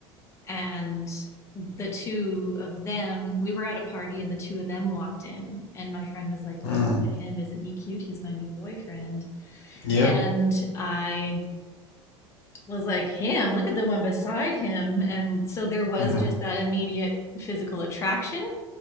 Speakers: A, on the left; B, on the left.
A: and the two of them we were at a party and the two of them walked in and my friend was like oh
B: Mm.
A: look at him isn't he cute he's my new boyfriend
B: Yep.
A: and i was like him look at the one beside him and so there was
B: hmm
A: just that immediate physical attraction